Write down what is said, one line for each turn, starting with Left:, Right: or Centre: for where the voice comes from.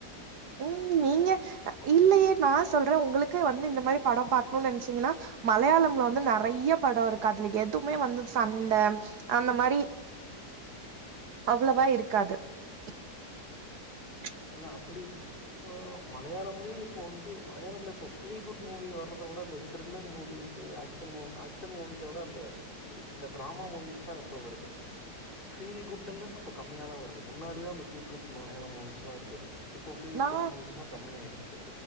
Right: ம் நீங்க இல்லையே நா சொல்றே உங்களுக்கு வந்து இந்த மாரி படம் பாக்கணுன்னு நெனைச்சீங்கன்னா மலையாளம்ல வந்து நறைய படம் இருக்கு அதுல எதுவுமே வந்து சண்ட அந்த மாரி அவ்ளவா இருக்காது <inaudible>
Left: தோழா அப்படி ஆ மலையாளம்லயும் இப்போ வந்து மலையாளம்ல இப்ப ஃபீல் குட் மூவி வர்றத விட அந்த த்ரில்லர் மூவிஸு ஆக்ஷன் மூ ஆக்ஷன் மூவிஸோட அந்த அப்டி அந்த ட்ராமா மூவிஸ் தா ரொம்ப வருது ஃபீல் குட்டுன்னு இப்பு கம்மியாதா வருது முன்னாடிதா அந்த ஃபீல் குட் மலையாள மூவிஸ்லா இருந்தது இப்போ ஃபீல்
Right: நா
Left: குட் மூவிஸ்லா கம்மியாருக்கு